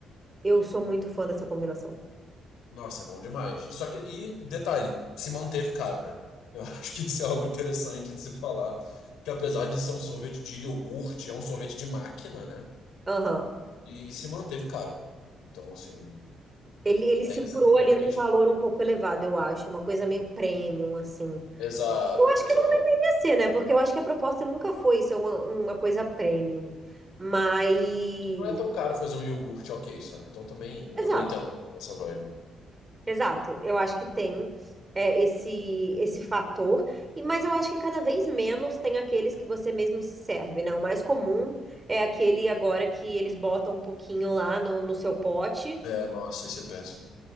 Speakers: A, on the right; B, on the left.
A: eu sou muito fã dessa combinação.
B: Nossa, é bom demais. E só que, e detalhe, se manteve caro, né? Eu <laughs> acho que isso é algo interessante de se falar, que apesar de ser um sorvete de iogurte, é um sorvete de máquina, né?
A: Aham.
B: E se manteve caro. Então, assim,
A: Ele, ele segurou
B: tem essa pequena
A: ali num
B: questão.
A: valor um pouco elevado, eu acho. É uma coisa meio premium, assim.
B: Exato,
A: Eu acho
B: exato.
A: que não deveria ser, né? Porque eu acho que a proposta nunca foi ser uma, uma coisa premium. Mas.
B: Não é tão caro fazer um iogurte, ok, sabe? Então também
A: Exato,
B: eu não entendo essa vibe.
A: exato. Eu acho que tem é, esse esse fator. E, mas eu acho que cada vez menos tem aqueles que você mesmo se serve, né? O mais comum é aquele agora que eles botam um pouquinho lá no, no seu pote.
B: É, nossa, isso é péssimo.